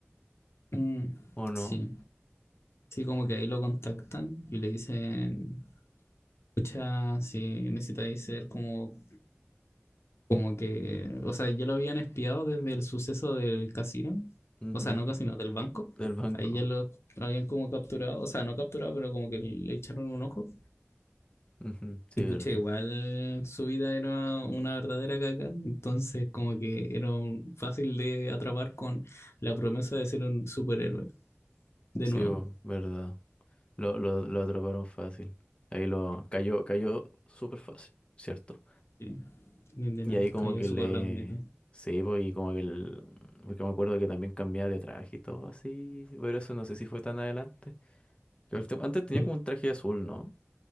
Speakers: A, on the left; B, on the left.
A: Mm,
B: ¿o no?
A: sí. Sí, como que ahí lo contactan y le dicen, escucha, si necesitáis ser como, como que, o sea, ya lo habían espiado desde el suceso del casino,
B: Ujú,
A: o sea, no casino, del banco,
B: Del banco.
A: ahí ya lo, lo habían como capturado, o sea, no capturado, pero como que le echaron un ojo.
B: Ujú, Sí,
A: Y pucha,
B: verdad.
A: igual su vida era una verdadera caca, entonces como que era un- fácil de atrapar con la promesa de ser un superhéroe, de
B: Sí,
A: nuevo.
B: po, verdad. Lo, lo, lo atraparon fácil. Ahí lo cayó, cayó súper fácil, ¿cierto?
A: Sí, Literal,
B: Y ahí como
A: cayó
B: que
A: súper
B: le...
A: redondito.
B: Sí, pues, y como que el... Porque me acuerdo que también cambiaba de traje y todo así. Pero eso no sé si fue tan adelante. Lo último- Antes tenía
A: Sí.
B: como un traje azul, ¿no?